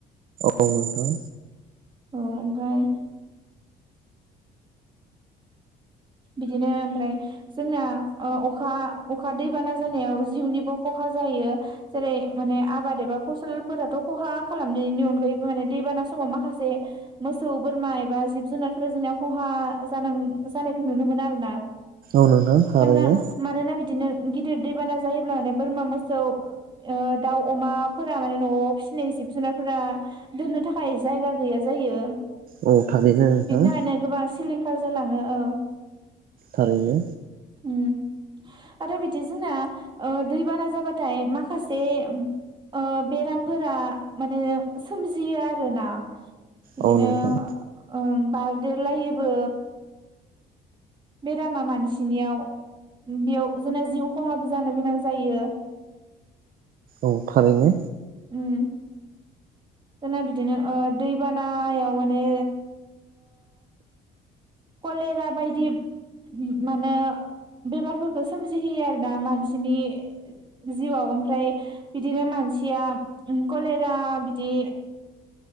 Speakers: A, on the right; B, on the right.
A: औ नोंथां
B: औ ओमफ्राय बिदिनो ओमफ्राय जोंना ओ अखा अखा दैबाना जानायाव जिउनिबो खहा जायो जेरै माने आबाद एबा फसलफोराथ' खहा खालामनायनि अनगायैबो माने दैबाना समाव माखासे मोसौ बोरमा एबा जिब जुनारफोरा जोंनिया खहा जां जानायखौ नुनो मोनो आरो ना
A: औ नोंथां थारैनो
B: मानोना मानोना बिदिनो गिदिर दैबाना जायोब्ला माने बोरमा मोसौ ओ दाउ अमाफोरा माने न'आव फिसिनाय जिब जुनारफोरा दोननो थाखाय जायगा गैया जायो।
A: औ थारैनो नोंथां
B: बिनि थाखायनो गोबां सिलिंखार जालाङो ओ
A: थारैनो
B: उम आरो बिदि जोंना ओ दैबाना जाबाथाय माखासे ओ बेरामफोरा माने सोमजियो आरोना बिदिनो
A: औ नोंथां
B: ओं बारदेरलायोबो बेरामा मानसिनियाव बेयाव जोंना जिउ खहाबो जानो गोनां जायो
A: औ थारैनो
B: उम जोना बिदिनो दैबानायाव माने कलेरा बायदि मा होनो बेमारफोरखौ सोमजिहोयो आरोना मानसिनि जिउआव ओमफ्राय बिदिनो मानसिया कलेरा बिदि